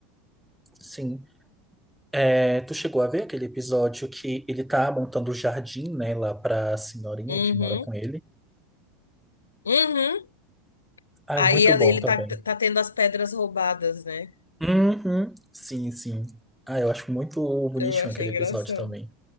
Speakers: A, in the centre; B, on the left (about 80°).
A: Sim. É, tu chegou a ver aquele episódio que ele tá montando o jardim, né, lá pra senhorinha
B: Uhum.
A: que mora com ele?
B: Uhum.
A: Ai,
B: Aí
A: muito
B: ele
A: bom também.
B: tá, tá tendo as pedras roubadas, né?
A: Uhum. Sim, sim. Ah, eu acho muito bonitinho
B: Eu achei
A: aquele
B: engraçado.
A: episódio também.